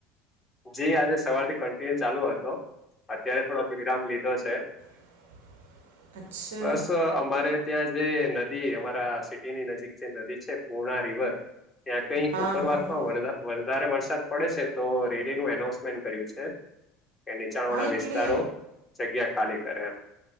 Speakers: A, on the left; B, on the right.
A: જી. આજે સવાર થી કન્ટિન્યુ ચાલુ હતો. અત્યારે થોડોક વિરામ લીધો છે.
B: <inaudible> અચ્છા
A: બસ અમારે ત્યાં જે નદી અમારા સિટીની નજીક જે નદી છે પૂર્ણા રિવર. ત્યાં કંઈ
B: હા
A: ઉપરવાસ
B: હા હા
A: માં <unintelligible> વરસાદ પડે છે, તો રેટ તેનું એનાઉન્સમેન્ટ કર્યું છે, કે નીચાણ વાળા
B: હા એટલે
A: વિસ્તારો જગ્યા ખાલી કરે એમ.